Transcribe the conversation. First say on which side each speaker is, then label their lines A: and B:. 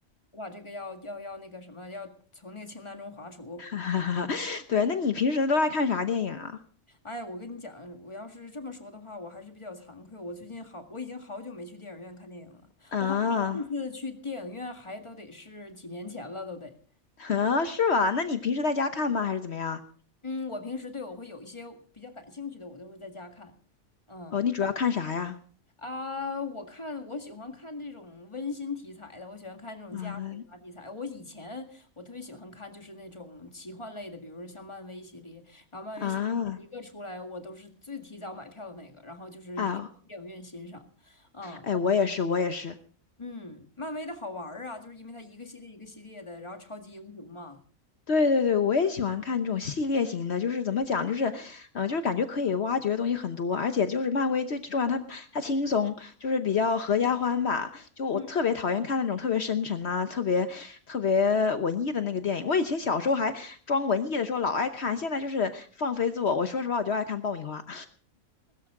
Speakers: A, on the left (about 20°); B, on the left (about 55°).
A: 我把这个要要要那个什么，要从那个清单中划除。
B: <laughs> 对，那你平时都爱看啥电影啊？
A: 哎呀，我跟你讲，我要是这么说的话，我还是比较惭愧。我最近好，我已经好久没去电影院看电影了。
B: 啊
A: 我好像上次去电影院还都得是几年前了，都得。
B: 啊，是吧？那你平时在家看吗？还是怎么样？
A: 嗯，我平时对我会有一些比较感兴趣的，我都会在家看。嗯。
B: 哦，你主要看啥呀？
A: 啊，我看我喜欢看这种温馨题材的，我喜欢看这种家庭啊题材。
B: 啊
A: 我以前我特别喜欢看就是那种奇幻类的，比如说像漫威系列，然后漫威系列一个出来，
B: 啊，
A: 我都是最提早买票的那个，然后就是一定去电影院欣赏。
B: 哎呦，
A: 嗯
B: 哎，我也是，我也是。
A: 嗯，漫威的好玩儿啊，就是因为它一个系列一个系列的，然后超级英雄嘛。
B: 对对对，我也喜欢看这种系列型的，就是怎么讲，就是，嗯、就是感觉可以挖掘的东西很多，而且就是漫威最重要，它它轻松，就是比较合家欢吧。
A: 嗯
B: 就我特别讨厌看那种特别深沉啊、
A: 嗯
B: 特别特别文艺的那个电影。我以前小时候还装文艺的时候老爱看，现在就是放飞自我。我说实话，我就爱看爆米花。